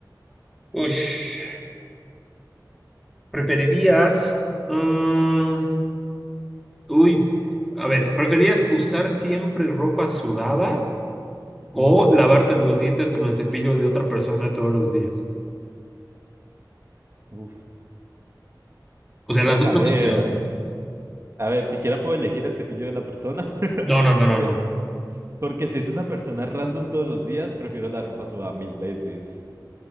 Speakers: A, in the centre; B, on the right.
A: ush, ¿preferirías... mm, uy. A ver, ¿preferirías usar siempre ropa sudada o
B: Mm,
A: lavarte los dientes con el cepillo de otra persona todos los días?
B: uf.
A: O sea, las
B: Pues
A: dos
B: a
A: son
B: ver,
A: asquerosas.
B: a ver, siquiera puedo elegir el cepillo de la persona. <laughs>
A: No, no, no, no,
B: Eh,
A: no.
B: Porque si es una persona random todos los días, prefiero la ropa sudada mil veces.